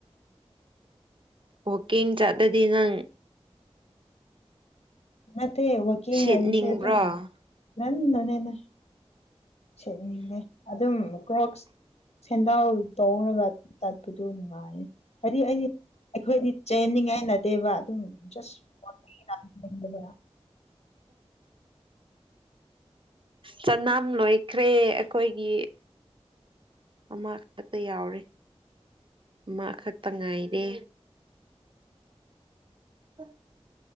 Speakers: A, on the right; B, on the left.
A: ꯋꫭꯀꯤꯡ ꯆꯠꯂꯗꯤ ꯅꯪ
B: ꯅꯠ ꯋꯥꯀꯤꯡ
A: ꯁꯦꯠꯅꯤꯡꯕ꯭ꯔꯣ
B: ꯍꯥꯏꯕꯁꯦ ꯑꯗꯨꯝ ꯉꯟꯅꯅꯦꯅ ꯁꯦꯠꯅꯤꯡꯉꯦ ꯑꯗꯨꯝ ꯀ꯭ꯔꯣꯛꯁ ꯁꯦꯟꯗꯜ ꯇꫭꯡꯔꯒ ꯇꯠꯄꯗꯨ ꯅꯨꯡꯉꯥ ꯍꯥꯏꯗꯤ ꯑꯩꯗꯤ ꯑꯩꯈꯣꯏꯗꯤ ꯆꯦꯟꯅꯤꯡꯉꯥꯏ ꯅꯗꯦꯕ ꯑꯗꯨꯁ <unintelligible>
A: ꯆꯅꯝ ꯂꯣꯏꯈ꯭ꯔꯦ ꯑꯩꯈꯣꯏꯒꯤ ꯃꯥ ꯈꯛꯇ ꯌꯥꯎꯔꯦ ꯑꯃꯥ ꯈꯛꯇ ꯉꯥꯏꯔꯦ ꯎꯝ